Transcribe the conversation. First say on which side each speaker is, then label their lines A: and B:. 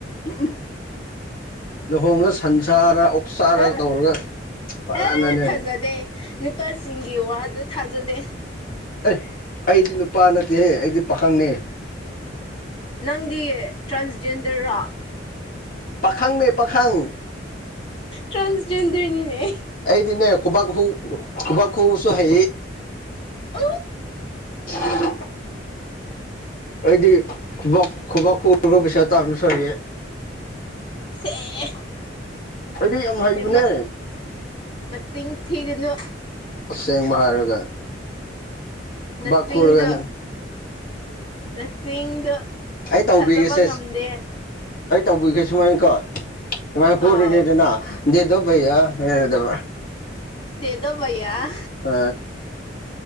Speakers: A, on the left; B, on the left.
A: ꯎ ꯂꯨꯍꯣꯡꯉ ꯁꯪꯁꯥꯔ ꯆꯥꯔꯒ
B: ꯑꯦ
A: ꯇꯧꯔꯒ ꯐꯖꯅꯅꯦ
B: ꯑꯦ ꯊꯥꯖꯗꯦ ꯅꯨꯄꯥꯁꯤꯡꯒꯤ ꯋꯥꯗꯨ ꯊꯥꯖꯗꯦ
A: ꯑꯦ ꯑꯩꯗꯤ ꯅꯨꯄꯥ ꯅꯠꯇꯦꯍꯦ ꯑꯩꯗꯤ ꯄꯥꯈꯪꯅꯦ
B: ꯅꯪꯗꯤ ꯇ꯭ꯔꯥꯟꯖꯦꯟꯗꯔꯔ
A: ꯄꯥꯈꯪ ꯃ ꯄꯥꯈꯪ
B: ꯇ꯭ꯔꯥꯟꯁꯖꯦꯟꯗꯔꯅꯤꯅꯦ
A: ꯑꯩꯗꯤꯅꯦ ꯀꯣꯕꯥꯥꯛ ꯍꯨ ꯀꯣꯕꯥꯥꯛ ꯍꯨꯁꯨ ꯍꯦ
B: ꯑ
A: <unintelligible> ꯑꯩꯗꯤꯨꯕ ꯈꯨꯨꯕꯣꯛ ꯈꯨꯔꯔꯕ ꯄꯁ ꯇꯥ ꯁꯔꯤꯌꯦ
B: ꯍꯦ
A: ꯑꯩꯗꯤ ꯌꯥꯝ ꯍꯩꯕꯅꯦ
B: ꯍꯦ ꯃꯁꯤꯡ ꯊꯤꯗꯅꯨ
A: ꯑꯁꯦꯡꯕ ꯍꯥꯏꯔꯒ ꯈꯨꯕꯥꯛ
B: ꯅꯠꯇꯤꯡꯗ
A: ꯈꯨꯔꯒꯅꯦ
B: ꯅ ꯆꯤꯡꯗ
A: ꯑꯩ ꯇꯧꯕꯤꯒꯦꯁꯦ
B: ꯊꯥꯖꯕ ꯉꯝꯗꯦ
A: ꯑꯩ ꯇꯧꯕꯤꯒꯦ ꯁꯨꯃꯥꯏꯅ ꯀꯣ ꯀꯨꯃꯥꯏꯅ ꯍꯔꯤꯅꯦꯗꯅ
B: ꯑꯥꯎ
A: ꯗꯦꯗꯕꯩ ꯍꯗꯕ
B: ꯗꯦꯗꯧꯚꯩꯌꯥ
A: ꯑ